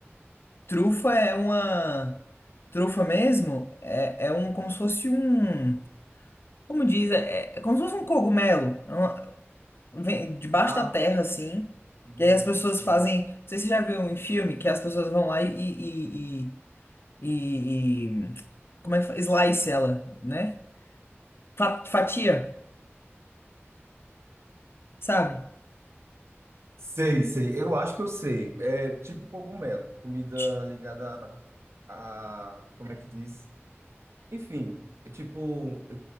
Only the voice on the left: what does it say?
Trufa é uma... Trufa mesmo é, é um, como se fosse um... Como diz? É, é como se fosse um cogumelo. vem debaixo
da terra, assim.
E aí as pessoas
fazem. Não sei se você já viu em filme que as pessoas vão lá e. e, e, e- e- como é que fala? Slice ela, né? Fa- Fatia, sabe?
Ti-